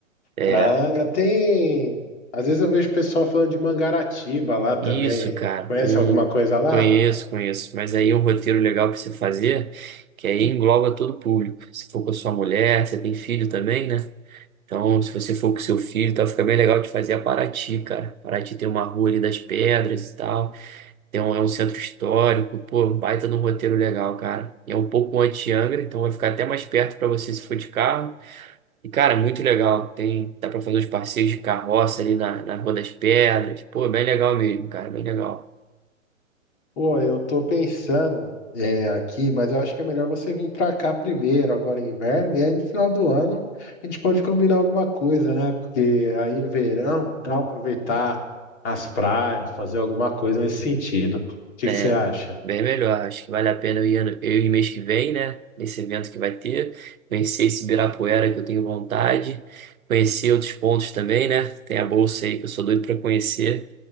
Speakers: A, on the right; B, on the left.
A: É,
B: pra Angra. Tem. Às vezes eu vejo o pessoal falando de Mangaratiba lá também.
A: isso, cara.
B: Conhece
A: Um,
B: alguma coisa lá?
A: conheço, conheço. Mas aí é um roteiro legal para você fazer, que aí engloba todo o público. Se for com a sua mulher, você tem filho também, né? Então, se você for com seu filho, tá, fica bem legal de fazer a Paraty, cara. Paraty tem uma rua ali das pedras e tal. Tem um, é um centro histórico. Pô, um baita de um roteiro legal, cara. E é um pouco anti-Angra, então vai ficar até mais perto para você se for de carro. E, cara, é muito legal. Tem, dá pra fazer os passeios de carroça ali na, na Rua das Pedras. Pô, bem legal mesmo, cara, bem legal.
B: Pô, eu tô pensando é, aqui, mas eu acho que é melhor você vir pra cá primeiro, agora em inverno, e aí no final do ano a gente pode combinar alguma coisa, né? Porque aí no verão, tal, aproveitar as praias, fazer alguma coisa nesse sentido. O que
A: É,
B: que você acha?
A: bem melhor. Acho que vale a pena eu ir, ano- eu ir mês que vem, né? Nesse evento que vai ter. Conhecer esse Ibirapuera que eu tenho vontade. Conhecer outros pontos também, né? Tem a Bolsa aí que eu sou doido pra conhecer.